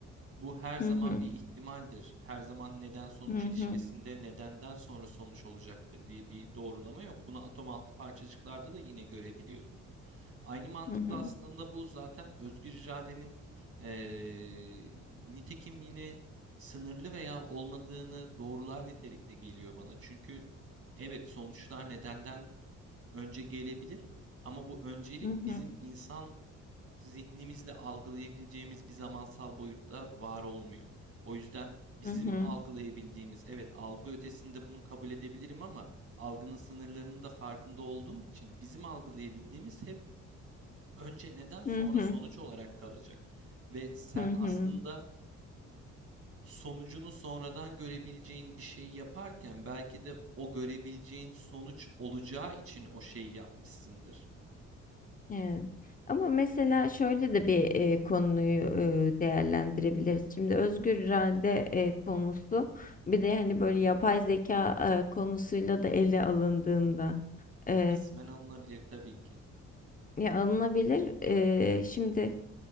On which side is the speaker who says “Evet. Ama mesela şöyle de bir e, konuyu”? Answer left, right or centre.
Left